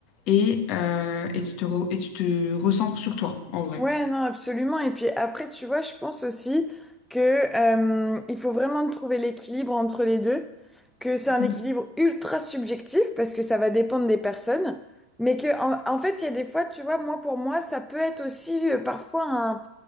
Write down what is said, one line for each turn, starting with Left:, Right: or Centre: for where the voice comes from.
Left: et, euh, et, tu te re- et tu te recentres sur toi, en vrai.
Centre: Ouais, non, absolument. Et puis après, tu vois, je pense aussi que euh, il faut vraiment trouver l'équilibre entre les deux, que c'est un
Left: Mm.
Centre: équilibre ultra subjectif parce que ça va dépendre des personnes, mais que en, en fait, il y a des fois, tu vois, moi pour moi, ça peut être aussi euh, parfois un,